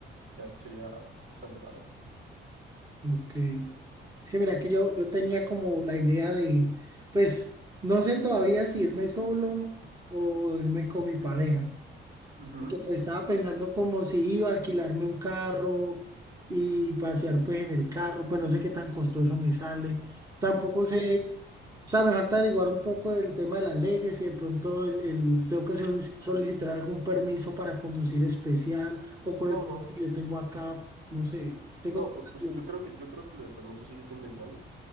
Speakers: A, on the right; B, on the right.
A: sea, sería bastante malo.
B: ok. Es que mira que yo, yo tenía como la idea de, pues, no sé todavía si irme solo o irme con mi pareja.
A: Ujú.
B: Porque pues estaba pensando como si iba a alquilarme un carro y pasear pues en el carro, pues no sé qué tan costoso me sale. Tampoco sé, o sea, me falta averiguar un poco el tema de las leyes y de pronto el, el- tengo que sol- solicitar algún permiso para conducir especial o con
A: No,
B: el permiso
A: no,
B: que yo tengo acá, no sé, tengo
A: no,
B: tantas
A: pu- pues,
B: dudas.
A: yo creo que yo creo que lo del permiso sigue siendo igual.